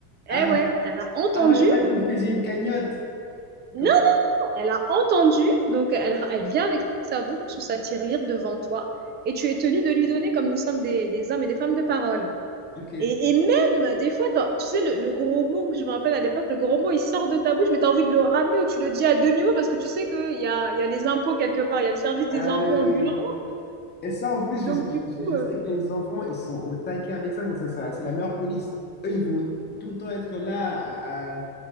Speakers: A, on the left; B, on the right.
A: Ah,
B: Eh ouais, elle a entendu.
A: ah, moi, je croyais que vous faisiez une cagnotte.
B: Non,
A: Comme ça.
B: elle a entendu, donc elle, elle vient avec sa bourse ou sa tirelire devant toi, et tu es tenu de lui donner, comme nous sommes des, des hommes et des femmes de parole.
A: Ok.
B: Et, et même, des fois, t'en- tu sais, le, le gros mot, je me rappelle à l'époque, le gros mot, il sort de ta bouche, mais tu as envie de le ramener ou tu le dis à demi-mot parce que tu sais qu'il y a, il y a les impôts quelque part, il y a le service des
A: Euh,
B: impôts ambulants.
A: et ça, en plus,
B: Donc,
A: je, je-
B: du coup,
A: je
B: euh,
A: sais que les enfants, ils sont au taquet avec ça. ça, ça, ça, c'est la meilleure police. Eux, ils vont tout le temps être là, à, à- je